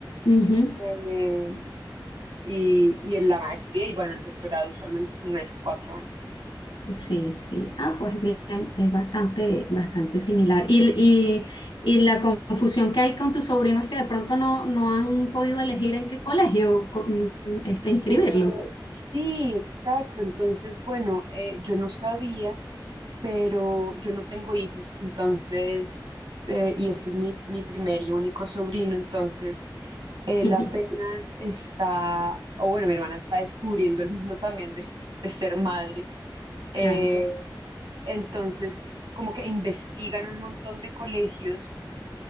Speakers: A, on the left (about 85°); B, on the right (about 80°).
A: ujú,
B: eh, y, y en la maestría y bueno, el doctorado usualmente son unos cuatro años.
A: Sí, sí. Ah, pues bien, es bastante, bastante similar. Y, y, y la confusión que hay con tu sobrino es que de pronto no, no han podido elegir en qué colegio co- mm, este, inscribirlo.
B: Eh, Sí, exacto. Entonces, bueno, eh, yo no sabía. pero yo no tengo hijos, entonces, eh, y este es mi, mi primer y único sobrino, entonces, él
A: <laughs>
B: apenas está, o bueno, mi hermana está descubriendo el mundo también de, de ser madre,
A: Claro,
B: eh, entonces, como que investigan un montón de colegios,